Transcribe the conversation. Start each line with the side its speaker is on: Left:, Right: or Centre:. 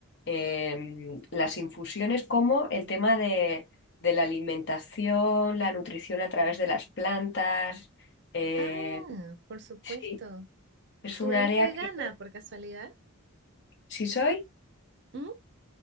Left: em, las infusiones como el tema de, de la alimentación, la nutrición a través de las plantas. eh,
Right: Ah, por supuesto.
Left: sí, es
Right: ¿Tú
Left: un
Right: eres
Left: área
Right: vegana
Left: que...
Right: por casualidad?
Left: Si soy,
Right: Mm.